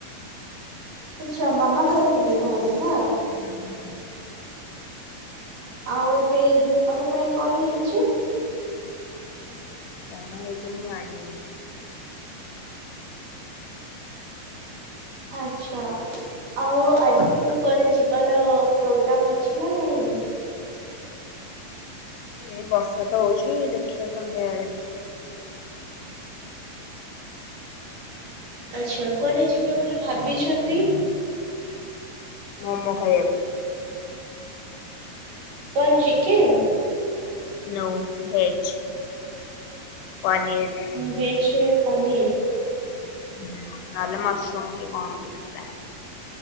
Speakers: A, on the right (about 60°); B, on the left (about 85°).
A: ଆଛା ମାମା କରିଥିଲେ ତାହାଲେ ନା।
B: ହୁଁ ହୁଁ।
A: ଆଉ ଏବେ ଦିପହର ପାଇଁ କଣ ହେଇଚି?
B: କଣ ହେଇଚି ମୁଁ ଜାଣିନି।
A: ଆଛା ଆଉ ଆଜି
B: ତମର?
A: ପୁଣି କୁଆଡେ ଯିବ୍ ବାର ପୋଗ୍ରାମ ଅଛି ନା ନାହିଁ?
B: ଏ ବର୍ଷା ତ ହଉଚି ଦେଖିବା ସନ୍ଧ୍ୟାବେଳେ।
A: ଆଛା କୁଆଡେ ଯିବେ ବୋଲି ଭାବିଛନ୍ତି?
B: ମୋମୋ ଖାଇବାକୁ।
A: କଣ ଚିକେନ୍?
B: No veg. ପନିର୍।
A: ଭେଜରେ ପନିର।
B: ହୁଁ ନହଲେ ମସରୁମ କି କଣ ଦେଖିବା।